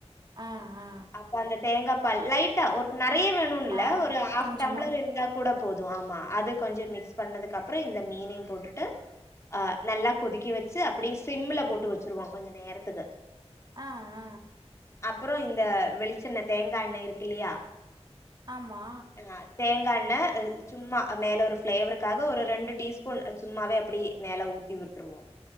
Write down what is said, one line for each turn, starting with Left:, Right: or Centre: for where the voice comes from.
Right: ஆ ஆ
Left: அப்ப அந்த தேங்கா பால் லைட்டா ஒர் நெறைய வேணு ன்னில்ல
Right: ஆ
Left: ஒரு ஆஃப்
Right: கொஞ்சமா
Left: டம்ளர் இருந்தா கூட போது ஆமா அது கொஞ்சொ மிக்ஸ் பண்ணதுக் அப்பறோ இந்த மீனையு போட்டுட்டு அ நல்லா கொதிக்க வெச்சு அப்டியே சிம்ல போட்டு வெச்சருவோ கொஞ்ச நேரத்துக்கு
Right: ஆ அ
Left: அப்புறோ இந்த வெளிச்செண்ண தேங்கா எண்ண இருக்கில்லையா
Right: ஆம்மா
Left: ங்கா தேங்கா எண்ணெய் அ சும்மா மேல ஒரு ஃப்ளேவரு காக ஒரு ரெண்டு டீஸ்பூன் சும்மாவே அப்டியே மேல ஊத்தி விட்ருவோ